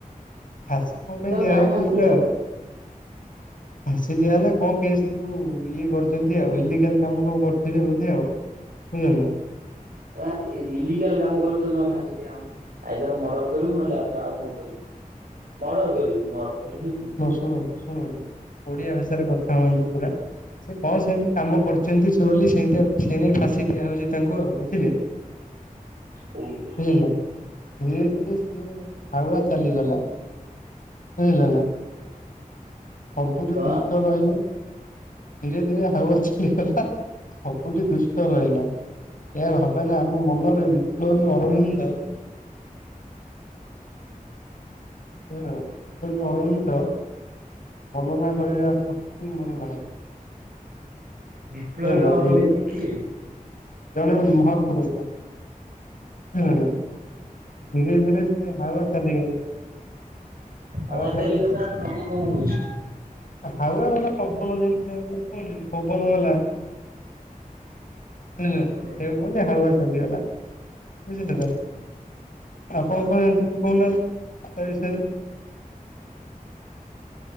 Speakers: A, on the left; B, on the right.
A: ଆସି କଣ୍ଡେ ଦିଆ
B: କାଇଁ
A: ହଉଛି
B: ଫାଶୀ
A: ଗୋଟେ
B: ଦିଆଗଲା?
A: ଆଉ। ଆସି ଦିଆ ହେଲା କଣ କେସ ଯୋଉ ଇଏ କରିଛନ୍ତି ଆଉ ଇଲିଗାଲ କାମ କଣ କରୁଥିବେ ବୋଧେ ଆଉ। ହେଇଗଲା।
B: ଆଁ ଏ ଇଲିଗାଲ କାମ କଲେ ତ ଜମା ଫାଶୀ ଦିଆ ହବନି। ଆଇଦର ମର୍ଡର କରିବୁ ନହେଲେ ଆଉଥର ଆଉ କଣ କରିବୁ ମର୍ଡର କରିବୁ ମର୍ଡର କଲେ ହିଁ ଫାଶୀ।
A: ଶୁଣନ୍ତୁ ଶୁଣନ୍ତୁ ଓଡିଆ ଭାଷାରେ କଥା ହୁଅନ୍ତୁ ପୁରା ସେ କଣ ସେମିତି କାମ କରୁଛନ୍ତି ସେ ବୋଲି ସେମିତିଆ ସେନେଇ ଫାଶୀ ଦିଆହଉଛି ତାଙ୍କୁ ଆଉ ବୁଝିଲେ।
B: ହୁଁ ହୁଁ
A: ବୁଝିଲ ରେଫ୍ ସିଏ ହାଉଆ ଚାଲିଗଲା। ବୁଝିଲେ ନାଁ ସବୁଠି
B: କଣ?
A: ଦୁଷ୍ଟ ରହିବ। ଧୀରେ ଧୀରେ ହାଉଆ ଚାଲିଗଲା ସବୁଠି ଦୁଷ୍ଟ ରହିଲା ଏହା ଭାବ କାଁଇନା ଆମ ମନରେ ବିପ୍ଳବୀ ଅରବିନ୍ଦ ବୁଝିଲ ନାଁ ବିପ୍ଲବି ଅରବିନ୍ଦ ବର୍ଣ୍ଣନା କରିବା ଶକ୍ତି ମୋର ନାହିଁ।
B: ବିପ୍ଲବୀ
A: ବୁଝିଲ ନା
B: ଅରବିନ୍ଦ
A: ଧୀରେ
B: କିଏ?
A: ଜଣେ ମହାପୁରୁଷ। ବୁଝିଲେ ନାଁ ଧିରେ ଧିରେ ସେ ହଉଆ ଚାଲିଗଲା।
B: ହାଉଆ
A: ହାୱା
B: ଚାଲିଗଲା ମାନେ କଣ ବୁଝୁଚି।
A: ହାଉଆ ଗୋଟେ ପବନ ଯେମିତି ଯେ କୁହନ୍ତିନି ପବନ ଗଲା ବୁଝିଲେ ନାଁ ସେଇଆକୁ
B: ଓହୋ
A: କୁହନ୍ତି ହାଉଆ ଚାଲିଗଲା ବୁଝିଲେ ତ। ଆପଣ
B: ଓହୋ।
A: କଣ ଜାଣିଛନ୍ତି କହୁନାହାନ୍ତି ତା ବିଷୟରେ